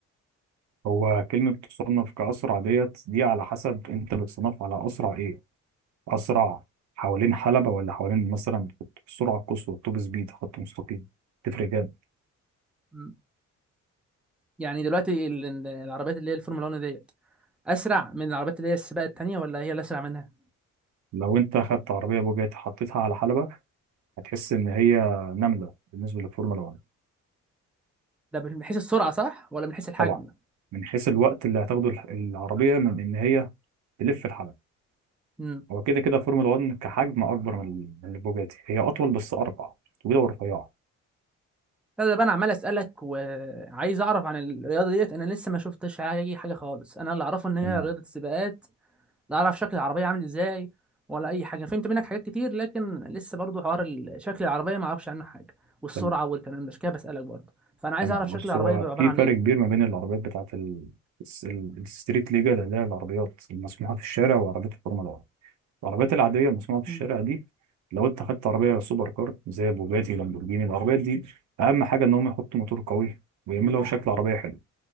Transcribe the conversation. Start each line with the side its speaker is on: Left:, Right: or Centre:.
Right: هو كلمه تصنف كاسرع ديت دي على حسب انت بتصنف على اسرع ايه اسرع حوالين حلبه ولا حوالين مثلا في السرعه القصوى التوب سبيد خط مستقيم تفرق
Centre: امم يعني دلوقتي ال- ال- العربيات اللي هي الفورمولا 1 ديت اسرع من العربيات اللي هي السباق التانيه ولا هي اللي اسرع منها
Right: لو انت خدت عربيه بوجاتي حطيتها على حلبه هتحس ان هي نمله بالنسبه للفورمولا 1
Centre: ده من حيث السرعه صح ولا من حيث الحجم
Right: طبعا من حيث الوقت اللي هتاخده الح- العربيه من ان هي تلف الحلبه
Centre: إمم.
Right: هو كده كده فورمولا 1 كحجم اكبر من ال- من البوجاتي هي اطول بس اربع طويله ورفيعه
Centre: لا ده بقى انا عمال اسالك وعايز اعرف عن الرياضه ديت انا لسه ما شفتش حاجه حاجه خالص انا اللي اعرفه ان هي
Right: تمام
Centre: رياضه السباقات لا اعرف شكل العربيه عامل ازاي ولا اي حاجه فهمت منك حاجات كتير لكن لسه برضو حوار ال- شكل العربيه ما اعرفش عنه حاجه والسرعه
Right: تمام
Centre: والكلام ده عشان كده بسالك برضو فانا عايز
Right: تمام
Centre: اعرف
Right: بص
Centre: شكل العربيه
Right: هو
Centre: بيبقى عباره
Right: في
Centre: عن
Right: فرق
Centre: ايه
Right: كبير ما بين العربيات بتاعت ال... الس- ال- الستريت ليجا اللي هي العربيات المسموحه في الشارع وعربيات الفورمولا 1 العربيات العادية المصنوعة في
Centre: مم.
Right: الشارع دي لو انت خدت عربية سوبر كار زي بوجاتي لامبورجيني العربيات دي أهم حاجة إن هم يحطوا موتور قوي ويعملوا شكل عربية حلو